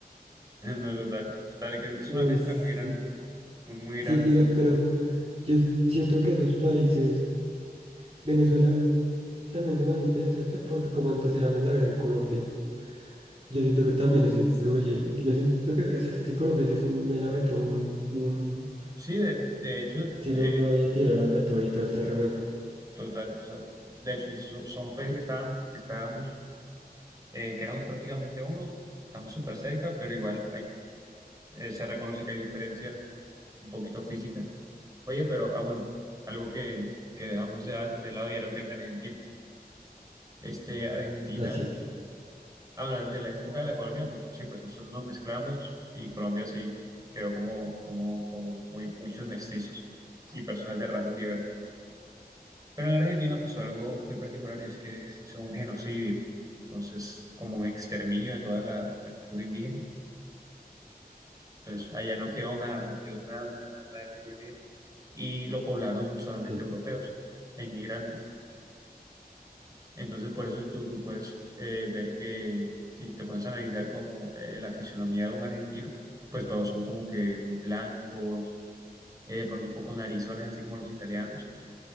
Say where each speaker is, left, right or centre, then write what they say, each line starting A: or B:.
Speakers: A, on the right; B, on the right.
A: <laughs> No, total, total, que es
B: Uy,
A: una mezcla
B: sí.
A: muy grande, muy, muy grande.
B: Sí, diga,
A: Entonces,
B: pero yo siento que esos países, Venezuela. También se me hace interesante porque como antes éramos la Gran Colombia, yo siento que también eso influye. Yo siento que es, es que Colombia sí es un melado de todo, un, un
A: sí, de, de hecho,
B: hicieron
A: eh,
B: una olla y tiraron de todo y todo está revuelto.
A: total, o sea, de hecho, y so- son países que estábamos, que estábamos, eh, que éramos prácticamente uno, estamos súper cerca, pero igual hay, eh, se reconoce que hay diferencias un poquito físicas. Oye, pero, ah, bueno, algo que, que dejamos de, al- de lado y era el tema de Argentina. Este, Argentina.
B: Así,
A: Ah, bueno, de la época de la colonia, como- sí, pues nosotros nos mezclamos y Colombia sí quedó como, como, como muy, muchos mestizos y personas de razas diversas. Pero en Argentina pasó algo muy particular y es que se hizo un genocidio, entonces como un exterminio de toda la, la cultura indígena. Entonces allá no quedó nada, no quedó nada, nada, nada nada de cultura indígena y lo poblaron solamente
B: sí.
A: europeos e inmigrantes. Entonces, por eso tú, tú puedes eh, ver que si te pones a analizar como eh, la fisionomía de un argentino, pues todos son como que muy blancos, eh, de pronto un poco narizones, así como los italianos.